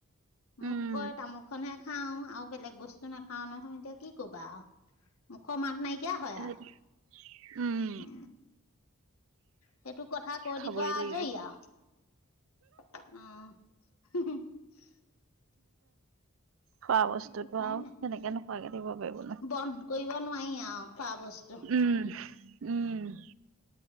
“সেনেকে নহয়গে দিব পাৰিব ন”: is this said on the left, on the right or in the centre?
Right